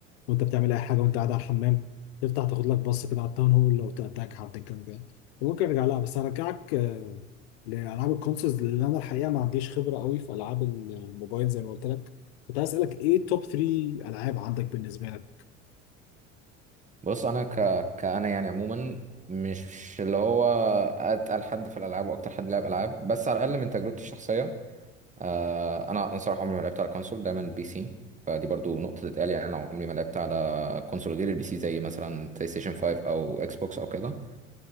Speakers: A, on the left; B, on the right.
A: وأنت بتعمل أي حاجة وأنت قاعد على الحمام تفتح تاخد لك بص كده على التاون هول لو تأتاك حد كان جاي وممكن أرجع لها بس هرجعك آه، لألعاب الكونسولز لأن أنا الحقيقة ما عنديش خبرة قوي في ألعاب الموبايل زي ما قلت لك كنت عايز أسألك إيه توب 3 ألعاب عندك بالنسبة لك؟
B: بص انا ك... كأنا يعني عموما مش اللي هو اتقل حد في الالعاب واكتر حد لعب العاب بس على الاقل من تجربتي الشخصيه آه انا انا صراحه عمري ما لعبت على كونسول دايما بي سي فدي برضو نقطه تتقال يعني انا عمري ما لعبت على كونسول غير البي سي زي مثلا بلاي ستيشن 5 او اكس بوكس او كده